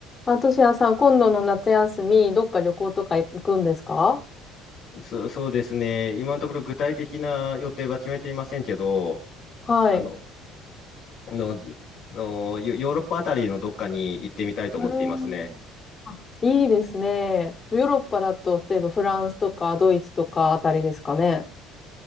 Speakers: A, on the left (about 35°); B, on the left (about 55°).
A: あ、としやさん、今度の夏休み、どっか旅行とか行くんですか
B: そ、そうですね。今のところ具体的な予定は決めていませんけど、
A: はい。
B: あの、の、のヨヨーロッパあたりのどっかに行ってみたいと思っていますね。
A: うん。いいですね。ヨーロッパだと、例えばフランスとかドイツとかあたりですかね。